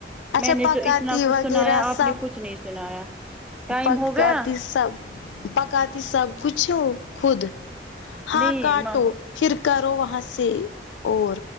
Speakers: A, on the left (about 90°); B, in the centre.
A: اچھا
B: میں نے
A: پکاتی
B: جو اتنا کچھ
A: وغیرہ
B: سنایا
A: سب
B: آپ نے کچھ نہیں سنایا ٹائم
A: پکاتی
B: ہو گیا
A: سب پکاتی سب کچھ ہو خود ہاں
B: نہیں
A: کاٹو
B: ماما
A: پھر کرو وہاں سے اور